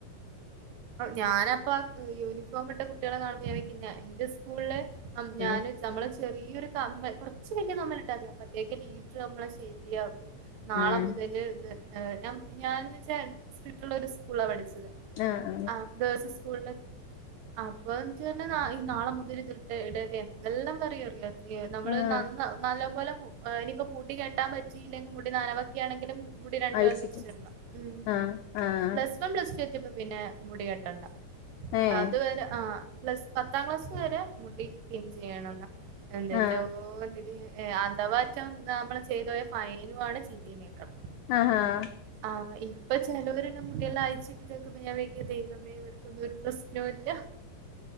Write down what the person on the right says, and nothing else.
ഞാനപ്പൊ ആഹ് യൂണിഫോം ഇട്ട കുട്ടികളെ കാണുമ്പോൾ ഞാൻ വിചാരിക്കുന്റെ സ് കൂള്ള് അം
ഞാന്. നമ്മള് ചെറിയൊരു കമ്മ കൊർച്ച് വല്ല്യ കമ്മലിട്ടാ മതി അപ്പത്തേക്ക് ലീഡർ നമ്മളെ ശരിയാക്കും. നാളെ
മുതല് ഞ ഞാൻന്ന് വെച്ചാ സ്ട്രിറ്റുള്ള ഒരു സ്കൂള്ള പഠിച്ചത്.
ആ ഗേൾസ് സ്കൂളില് ആഹ് ഇപ്പ <unintelligible> നാളെ മുതല് ഇതിട്ട് ഇടര്ത് എന്തെല്ലാം പറയൂ അറിയോ. നമ്മള്
നന്ന നല്ല പോലെ ഇനിയിപ്പോ മുടി കേട്ടാൻ പറ്റിയില്ലെങ്കിൽ മുടി നനവൊക്കെയാണെങ്കിലും. മുടി രണ്ടുഭാഗം
തിരിച്ചിടണം ഉം
പ്ലസ്. പ്പം പ്ലസ്ടു എത്തിയപ്പോ പ പിന്നെ മുടി കെട്ടണ്ട
അതുവരെ ആ. പ്ലസ് പത്താം ക്ലാസ് വരെ മുടി പിൻ ചെയ്യണം എന്ന എന്തേറ്റോ
ന്നട്ട് ഞാൻ. ഏ അധവാറ്റം നമ്മള് ചെയ്തു പോയ ഫൈനു ആണ് ചീത്തീം കേക്കണം.
ആ ഇ. ഇപ്പൊ ചേലോര് ണ്ട് മുടിയെല്ലാം അയച്ചിട്ടിക്കുമ്പോ ഞാൻ വിയാര് ക്കും ദൈവമേവർക്കൊന്നും ഒരു പ്രശ്നോ ല്ല.